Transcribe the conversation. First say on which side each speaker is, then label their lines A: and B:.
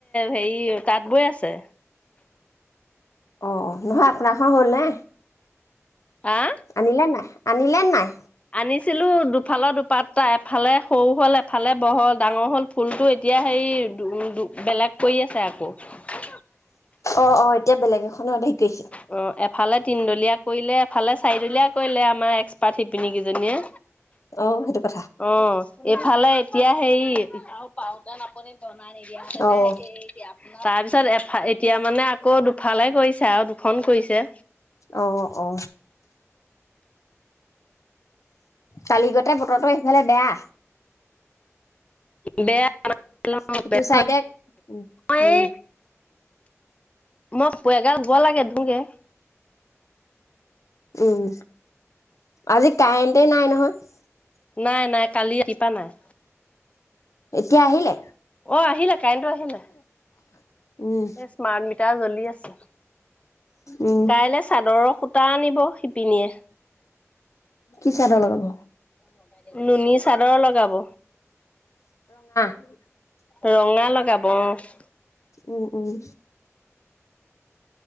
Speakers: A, on the left (about 25°); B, on the left (about 80°).
A: হেৰি তাঁত বৈ আছে
B: অ নহয় আপোনাৰখন হ'ল নে
A: হা
B: আনিলা নাই আনিলে নাই
A: আনিছিলো দুফালৰ দুপাতটা এফালে সৰু হ'ল এফালে বহল । ডাঙৰ হ'ল ফুলটো এতিয়া হেই বেলেগ কৈ আছে আকৌ ।
B: অ অ এতিয়া বেলেগ এখনত দে কিক্ষ
A: অ এফালে তিনডলীয়া কৰিলে ফালে চাৰিদুলীয়া কৰিলে আমাৰ এক্ পাত শিপিনী কিজিনীয়ে
B: অ' সেইটো কথা।
A: অ এইফালে এতিয়া হেৰি পিঠ পাদ আপুনি বনাই নিদিয়া হেতেনে
B: অ'
A: এ তাৰ পিছত এফ এতিয়া মানে কৌ দুফালে কৰিছা আৰু দু ফোন কৰিছে
B: অ অ কালিগতে বতৰটো এফালে বেয়া
A: বেয়া মই
B: সেটো চাই দে উম উম
A: এই মই পেগাঁ গোৱা লাগে নিকে
B: উম আজি কাৰেণ্টেই নাই নহয় । <unintelligible>
A: নাই নাই কালি ৰাতিপা নাই
B: এতিয়া আহিলে
A: অ আহিলে কাৰেন্ট টো আহিলে ।
B: উম
A: এই স্মাৰ্ট মিটাৰ জ্বলি আছে
B: উম
A: কাইলৈ চাদৰৰ সূতা আনিব শিপিনীয়ে
B: কি চাদৰ লগাব
A: লগত নুনী চাদৰ লগাব।
B: <inaudible>
A: ৰঙা লগাব অ'।
B: উম উম।